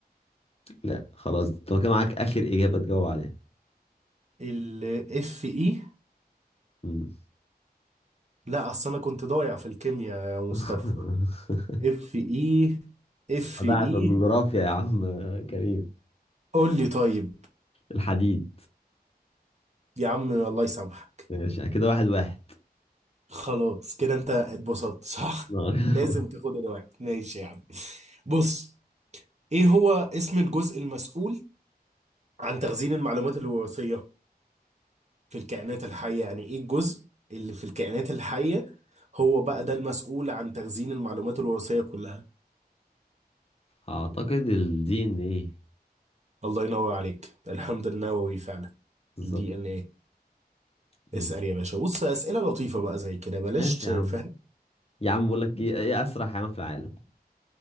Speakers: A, on the left; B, on the right.
A: لا خلاص طب كان معاك آخر إجابة تجاوب عليها
B: الاف اي
A: مم.
B: لا اصل انا كنت ضايع في الكيمياء يا مصطفى
A: <laughs>
B: اف اي اف
A: ضاع
B: اي
A: في الجغرافيا يا عم كريم
B: قول لي طيب
A: الحديد
B: يا عم الله يسامحك
A: ماشي كده واحد واحد
B: خلاص كده انت اتبسطت صح
A: <laughs>
B: لازم تاخد الواحد ماشي يا عم بص ايه هو اسم الجزء المسؤول عن تخزين المعلومات الوراثية في الكائنات الحية يعني ايه الجزء اللي في الكائنات الحية هو بقى ده المسؤول عن تخزين المعلومات الوراثية كلها
A: أعتقد ال DNA
B: الله ينور عليك الحمض النووي فعلا
A: بالظبط
B: الدي ان ايه
A: بالظبط
B: اسأل يا باشا بص أسئلة لطيفة بقى زي كده بلاش
A: ماشي
B: تفهم
A: يا عم يا عم بقول لك إيه إيه أسرع حيوان في العالم